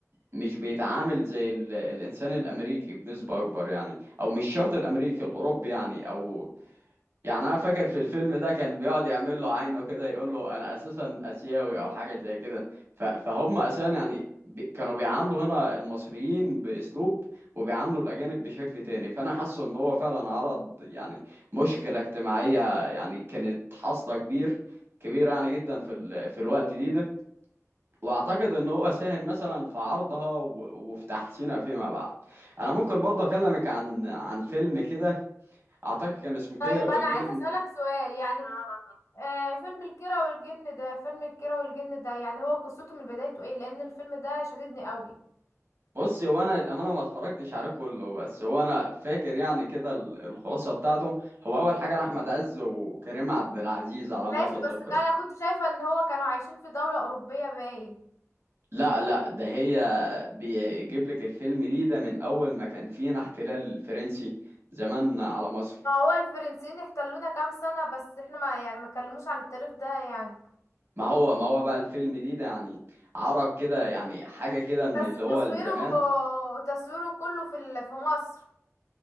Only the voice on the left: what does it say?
طيب
انا عايزة اسألك سؤال يعني آه فيلم الكيرة والجن ده فيلم الكيرة والجن ده يعني هو قصته من بدايته ايه لان الفيلم ده شددني قوي
ماشي
بس كان- انا كنت شايفة ان هو كانوا عايشين في دولة اوروبية باين
ما هو الفرنسيين احتلونا كام سنة بس احنا ما يعني ما اتكلموش عن التاريخ ده يعني
بس
تصويره
تصويره كله في ال- في مصر